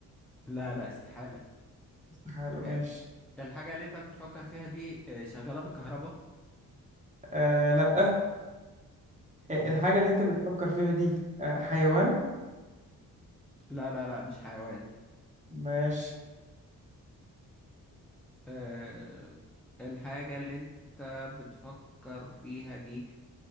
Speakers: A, in the centre; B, on the right (about 20°).
A: لا لا استحالة
B: استحالة ماشي
A: آه، الحاجة اللي انت بتفكر فيها دي آه، شغالة بالكهرباء
B: آه لا آه،
A: ماشي
B: الحاجة اللي انت بتفكر فيها دي آه حيوان
A: لا لا لا مش حيوان
B: ماشي
A: آه، الحاجة اللي انت بتفكر فيها دي